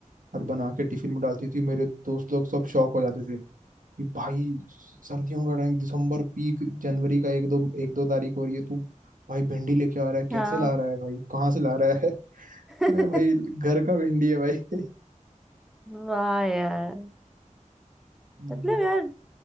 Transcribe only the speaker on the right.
और बना के टिफिन में डालती थी मेरे दोस्त लोग सब शौक हो जाते थे कि भाई सर्दियों का टाइम दिसंबर पीक जनवरी का एक दो एक दो तारीख हो रही है तू भाई भिंडी लेके आ रहा है
कैसे ला रहा है भाई कहाँ से ला रहा है <laughs>
मैं भाई घर का भिंडी है भाई <laughs>
हम्म,